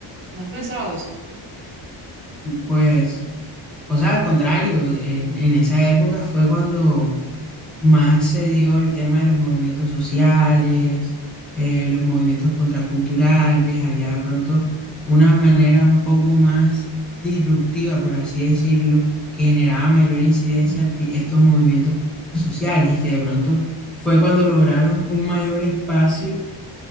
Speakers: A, on the right; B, in the centre.
A: ¿No has pensado eso?
B: Pues O sea, al contrario, en, en esa época fue cuando más se dio el tema de los movimientos sociales, eh, los movimientos contraculturales, había de pronto una manera un poco más disruptiva, por así decirlo, que generaba mayor incidencia a ti- estos movimientos sociales y que de pronto fue cuando lograron un mayor espacio,